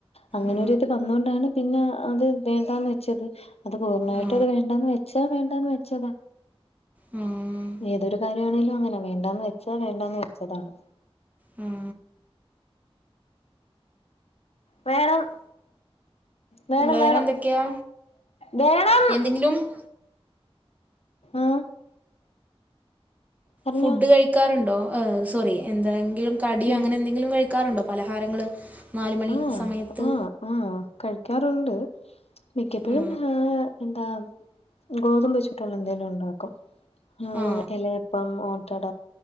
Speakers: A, on the left; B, on the right.
A: അങ്ങനെ
B: ആ,
A: ഒരു ഇത് വന്നൊണ്ടാണ് പിന്നെ അത് വേണ്ടാന്ന് വെച്ചത് അത് പൂർണ്ണമായിട്ടും
B: ആ,
A: അത് വേണ്ടാന്ന് വെച്ചാ വേണ്ടാന്ന് വെച്ചതാ
B: ഉം
A: ഏതൊരു കാര്യമാണേലും അങ്ങനെ വേണ്ടാന്ന് വെച്ചാ വേണ്ടാന്ന് വെച്ചതാണ്
B: ഉം
A: വേണം വേണം
B: വേറെ
A: വേണം
B: എന്തൊക്കെയാ
A: വേണം
B: എന്തെങ്കിലും
A: ആഹ് പറഞ്ഞോ
B: ഫുഡ് കഴിക്കാറുണ്ടോ, ഏഹ് സോറി എന്തെങ്കിലും കടിയോ
A: ഉം
B: അങ്ങനെ എന്തെങ്കിലും കഴിക്കാറുണ്ടോ പലഹാരങ്ങള് നാല് മണി
A: ആഹ്
B: സമയത്ത്
A: ആഹ് ആഹ് കഴിക്കാറുണ്ട് മിക്കപ്പോഴും
B: ആ
A: ആഹ് എന്താ ഗോതമ്പ് വെചുട്ടള്ള എന്തേലും ഉണ്ടാക്കും ഉം
B: ആ
A: ഇലയപ്പം ഓട്ടട